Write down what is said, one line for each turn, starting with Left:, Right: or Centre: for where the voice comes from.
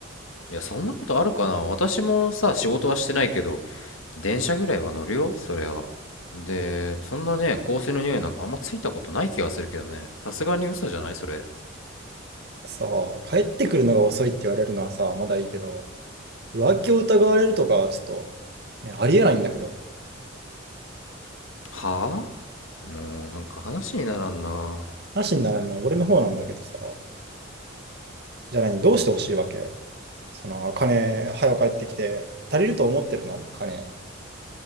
Left: いやそんなことあるかな私もさ仕事はしてないけど電車ぐらいは乗るよそれはでそんなね香水の匂いなんかあんまついたことない気がするけどねさすがに嘘じゃないそれ
Right: さあ、帰ってくるのが遅いって言われるのはさ、まだいいけど、浮気を疑われるとか、ちょっと、ねありえないんだけど、
Left: はぁもうなんか話にならんな
Right: 話にならない、俺の方なんだけどさ、じゃあ何、どうしてほしいわけその、金、早く帰ってきて、足りると思ってるの金。